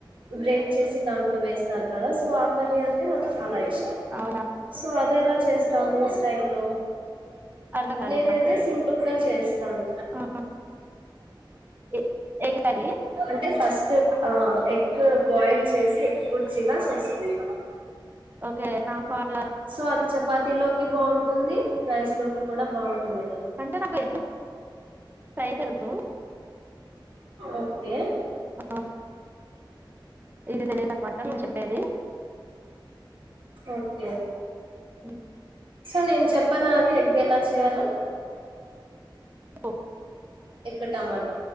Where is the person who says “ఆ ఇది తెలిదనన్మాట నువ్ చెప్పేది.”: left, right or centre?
Right